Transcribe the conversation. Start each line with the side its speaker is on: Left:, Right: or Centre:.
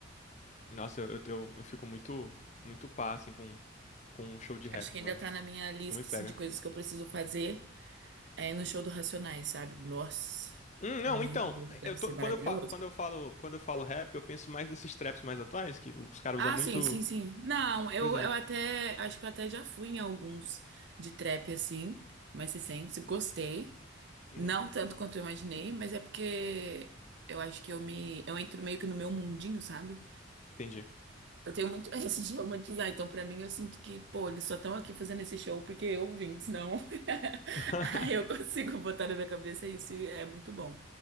Left: Nossa, eu, eu, tenho- eu fico muito, muito pá, assim, com, com um show de rap,
Right: Acho que ainda
Left: não,
Right: tá na minha lista
Left: não me pega.
Right: assim, de coisas que eu preciso fazer. É ir no show do Racionais, sabe? Nossa,
Left: Hum, não,
Right: meu
Left: então,
Right: Deus, deve
Left: eu tô,
Right: ser
Left: quando
Right: maravilhoso.
Left: eu fa, quando eu falo, quando eu falo rap, eu penso mais nesses traps mais atuais, que os caras
Right: Ah,
Left: usam muito.
Right: sim, sim, sim. Não, eu,
Left: Pois é.
Right: eu até, acho que eu até já fui em alguns de trap assim, mais recentes, gostei.
Left: Uhum.
Right: Não tanto quanto eu imaginei, mas é porque eu acho que eu me, eu entro meio que no meu mundinho, sabe?
Left: Entendi.
Right: Eu tenho muito <laughs> esse de romantizar, então pra mim eu sinto que, pô, eles só estão aqui fazendo esse show porque eu vim, senão <laughs>
Left: <laughs>
Right: aí eu consigo botar na minha cabeça isso e é muito bom.